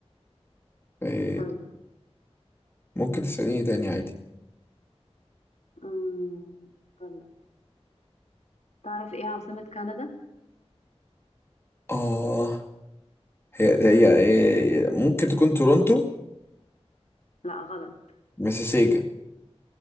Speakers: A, on the left; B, on the left.
A: آه،
B: طب
A: ممكن تسأليني تاني عادي
B: آم، أفكر لك تعرف إيه عاصمة كندا؟
A: اه هي هي آه، ممكن تكون تورونتو
B: لا غلط
A: مسيسيجا